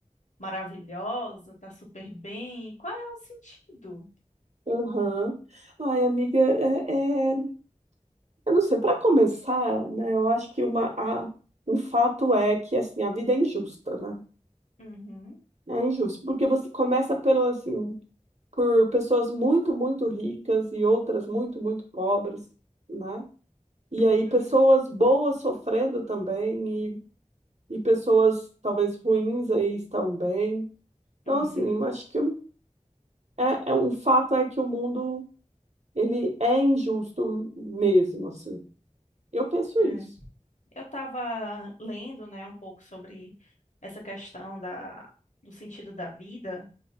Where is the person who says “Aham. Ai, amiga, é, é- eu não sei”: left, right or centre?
Right